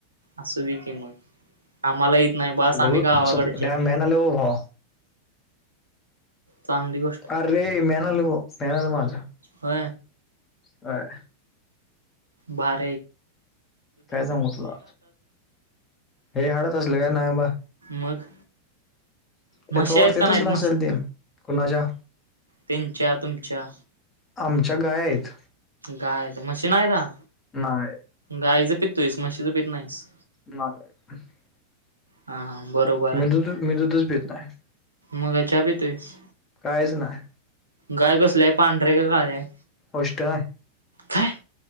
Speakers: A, on the right; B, on the left.
A: असू दे कि मग आम्हाला येत नाही बास
B: आलं
A: आम्ही
B: बघ
A: गावाकडचे
B: स्वप्न्या
A: आहे.
B: मॅन आलं ओ भावा
A: चांगली गोष्ट
B: अर रे मेनल मेनल माझा
A: हो
B: ह
A: बर
B: काय सांगू तुला हे हाडत असलं काय नाही बा
A: मग म्हशी
B: ते त वाटते
A: आहेत का
B: इथेच
A: नाहीत
B: नाव सांगतील कुणाच्या
A: तीनच्या तुमच्या
B: आमच्या गाय आहेत
A: गाय आहेत म्हशी नाही का?
B: नाय नाय
A: गाईच पितोयस म्हशीच पित नाहीस.
B: <unintelligible>
A: हा हा बरोबर
B: मी दुस मी दुतस ब तनाय
A: मगाच्या बी तुस
B: काहीच नाही
A: गाय कसलंय पांढरे काय काय
B: अष्टा
A: काथ